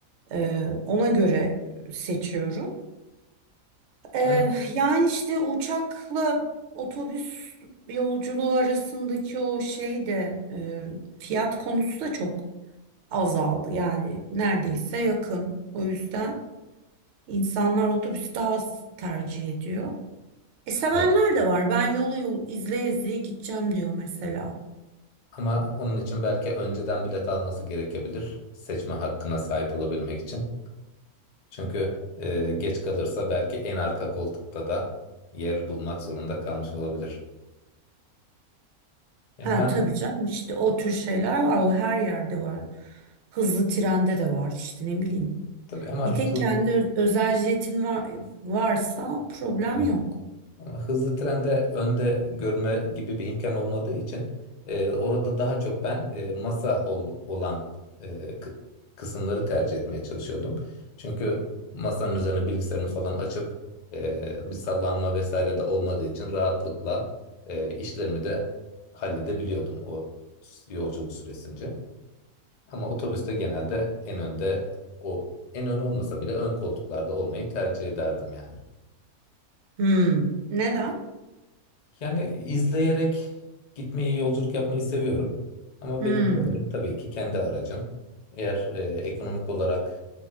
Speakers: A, on the right; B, on the left.
A: Ee, ona göre seçiyorum. Ee,
B: Ben
A: yani işte uçakla otobüs yolculuğu arasındaki o şey de e, fiyat konusu da çok azaldı. Yani neredeyse yakın. O yüzden insanlar otobüs daha az tercih ediyor. E sevenler
B: Evet.
A: de var. Ben yolu yol izleye izleye gideceğim diyor mesela.
B: ama onun için belki önceden bilet alması gerekebilir seçme hakkına sahip olabilmek için. Çünkü e, geç kalırsa belki en arka koltukta da yer bulmak zorunda kalmış olabilir. Yani
A: Ha
B: ben
A: tabii canım işte o tür şeyler var. O her yerde var. Hızlı trende de var işte ne bileyim.
B: tabii ama
A: Bir tek
B: hızlı,
A: kendi ö- özel jetin var, varsa problem
B: evet,
A: yok.
B: ama hızlı trende önde görme gibi bir imkan olmadığı için e, orada daha çok ben e, masa ol- olan e, kı- kısımları tercih etmeye çalışıyordum. Çünkü masanın üzerine bilgisayarımı falan açıp e, bir sallanma vesaire de olmadığı için rahatlıkla e, işlerimi de halledebiliyordum o s- yolculuk süresince. Ama otobüste genelde en önde o en ön olmasa bile ön koltuklarda olmayı tercih ederdim yani.
A: Hmm. Neden?
B: Yani izleyerek gitmeyi, yolculuk yapmayı seviyorum. Ama
A: Hmm.
B: benim favorim tabii ki kendi aracım. Eğer e, ekonomik olarak